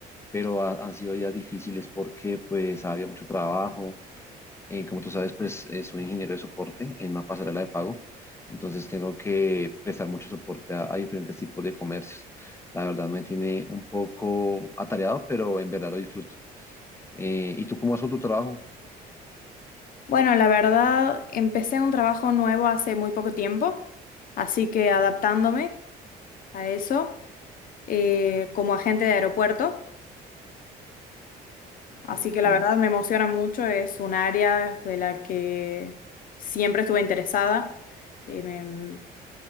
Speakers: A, on the left; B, on the left.
A: pero ha- han sido días difíciles porque pues había mucho trabajo. Eh, como tú sabes, pues eh, soy ingeniero de soporte en una pasarela de pago, entonces tengo que prestar mucho soporte a, a diferentes tipos de comercios. La verdad me tiene un poco atareado, pero en verdad lo disfruto. Eh, ¿y tú cómo vas con tu trabajo?
B: Bueno, la verdad, empecé un trabajo nuevo hace muy poco tiempo, así que adaptándome a eso eh, como agente de aeropuerto, así
A: Ok.
B: que la verdad me emociona mucho, es un área de la que siempre estuve interesada, eh, me-